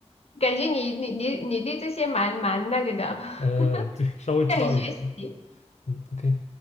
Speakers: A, on the left; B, on the left.
A: 感觉你你你你对这些蛮蛮那个的，
B: 嗯，对，
A: <laughs>
B: 稍微知道一点。
A: 向你学习。
B: 嗯，OK。